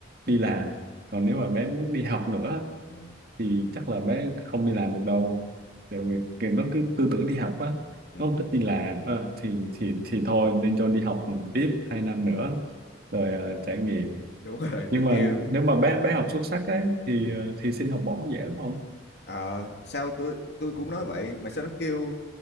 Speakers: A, on the right; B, on the left.
A: đi làm còn nếu mà bé muốn đi học nữa
B: ừ,
A: thì chắc là bé không đi làm được đâu tại vì cái- nó cứ tư tưởng đi học á
B: ừ,
A: nó không thích đi làm ờ, thì thì thì thôi nên cho đi học tiếp hai năm nữa rồi ờ, trải nghiệm
B: đúng <laughs> rồi
A: nhưng
B: tôi
A: mà
B: kêu
A: nếu mà bé bé học xuất sắc ấy thì
B: ừ.
A: ờ, thì xin học bổng dễ đúng không
B: Ờ, sao tôi tôi cũng nói vậy mà sao nó kêu